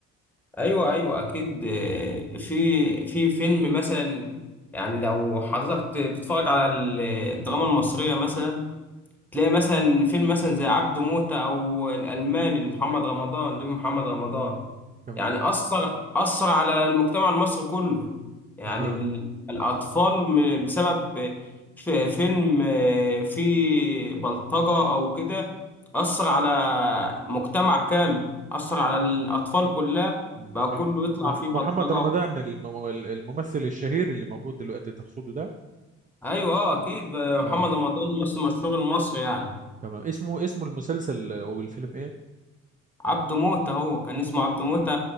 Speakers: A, in the centre; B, on the right.
A: ايوه ايوه اكيد آه، في في فيلم مثلا يعني لو حضرتك بتتفرج على الدراما المصريه مثلا تلاقي مثلا فيلم مثلا زي عبده موتة او الالماني لمحمد رمضان نجم محمد رمضان
B: تمام
A: يعني اثر اثر على المجتمع المصري كله يعني
B: تماما
A: ال- الاطفال م- بسبب ف- فيلم آه، فيه بلطجة او كده اثر على مجتمع كامل اثر على الاطفال كلها
B: مم.
A: بقى
B: ال-
A: كله يطلع
B: مح-
A: فيه
B: محمد
A: بلطجة
B: رمضان الم- الممثل الشهير اللي موجود دلوقتي تقصده ده
A: ايوه اه اكيد آه،
B: اه
A: محمد رمضان ممثل مشهور المصري يعني
B: تمام اسمه اسم المسلسل او الفيلم ايه
A: عبده موتة هو كان اسمه عبده موتة